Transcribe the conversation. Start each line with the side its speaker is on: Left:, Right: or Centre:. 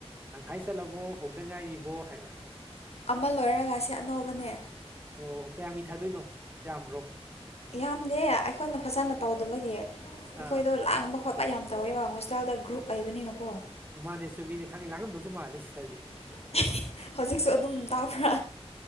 Right: ꯇꯪꯈꯥꯏ ꯆꯠꯂꯕꯣ ꯍꯧꯗ ꯉꯥꯏꯔꯤꯕꯣ ꯍꯥꯏꯕ꯫
Left: ꯑꯃ ꯂꯣꯏꯔꯒ ꯁꯤ ꯑꯅꯧꯕꯅꯦ꯫
Right: ꯑꯣ ꯀꯌꯥꯝ ꯃꯤ ꯊꯥꯗꯣꯏꯅꯣ ꯌꯥꯝꯕ꯭ꯔꯣ꯫
Left: ꯌꯥꯝꯗꯦ ꯑꯩꯈꯣꯏꯅ ꯐꯖꯅ ꯇꯧꯗꯕꯒꯤ ꯑꯩꯈꯣꯏꯗꯣ
Right: ꯑꯥ
Left: ꯂꯥꯡꯕ ꯈꯣꯠꯄ ꯌꯥꯝ ꯇꯧꯋꯦꯕ ꯍꯣꯁ꯫ ꯍꯣꯁꯄꯤꯇꯥꯜꯗ ꯒ꯭ꯔꯨꯞ ꯂꯩꯕꯅꯤꯅꯀꯣ꯫
Right: ꯃꯥꯅꯦ ꯆꯨꯝ ꯃꯤꯅꯦ ꯈꯪꯉꯤ ꯂꯥꯡꯉꯝꯗꯧꯁꯨ ꯃꯥꯜꯂꯤ ꯁꯤꯁꯇꯔꯁꯦ꯫
Left: ꯏꯁ ꯍꯧꯖꯤꯛꯁꯨ ꯑꯗꯨꯝ ꯇꯥꯕ꯭ꯔꯥ꯫